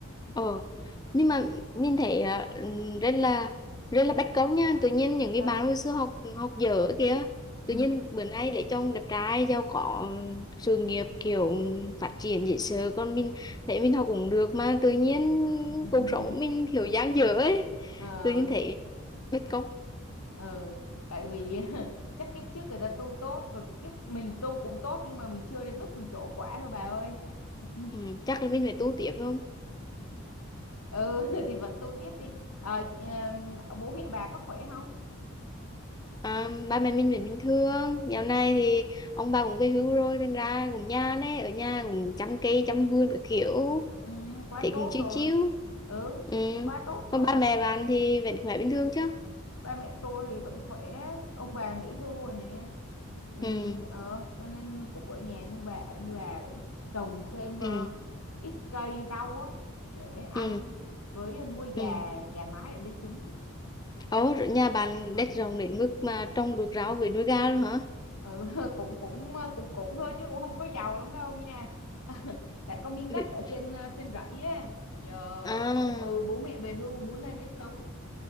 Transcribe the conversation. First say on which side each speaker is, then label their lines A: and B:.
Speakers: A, on the left (about 15°); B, on the left (about 85°).
A: Ờ, nhưng mà nhìn thấy à, ừm, rất là rất là bất công nha tự nhiên những cái
B: sao
A: bạn hồi xưa học học dở kìa
B: ừ
A: tự nhiên bữa nay lấy chồng đẹp trai giàu có ừm, sự nghiệp kiểu phát triển dễ sợ còn mình thấy mình học cũng được mà tự nhiên
B: <laughs>
A: cuộc sống của mình kiểu dang dở ấy
B: ờ
A: tự nhiên thấy bất công
B: Ờ, tại vì <laughs> chắc kiếp trước người ta tu tốt, còn kiếp mình tu cũng tốt nhưng mà mình chưa đến lúc mình trổ quả thôi bà ơi. <laughs>
A: ừ, chắc là mình phải tu tiếp không
B: ừ thì vẫn tu tiếp đi. Ờ, em, bố mẹ bà có khỏe không?
A: à, ba mẹ mình vẫn bình thường dạo này
B: Ừ,
A: thì ông bà cũng về hưu rồi nên ra cũng nhàn ấy ở nhà cũng chăm cây chăm vườn các kiểu
B: ừ, quá
A: thấy
B: tốt
A: cũng chiếu
B: rồi.
A: chiếu
B: Ừ,
A: ừ.
B: quá tốt rồi.
A: mà ba mẹ bạn thì vẫn khỏe bình thường chứ
B: ba mẹ tôi thì vẫn khỏe ông bà nghỉ hưu rồi nè Ừm,
A: ừ
B: ờ cho nên cũng ở nhà như bà như bà vậy. trồng thêm ờ,
A: ừ
B: ít cây rau á để ăn
A: ừ
B: với nuôi gà
A: ừ
B: gà mái để lấy trứng
A: ồ rồi nhà bạn
B: ừ.
A: đất rộng đến mức mà trồng được rau với nuôi gà luôn hả
B: ừ <laughs> cũng cũng cũng cũng thôi chứ cũng không có giàu lắm đâu nha <laughs> tại có miếng
A: Vì-
B: đất ở trên ờ, trên rẫy á giờ
A: à
B: ừ, bố mẹ về hưu muốn lên đấy sống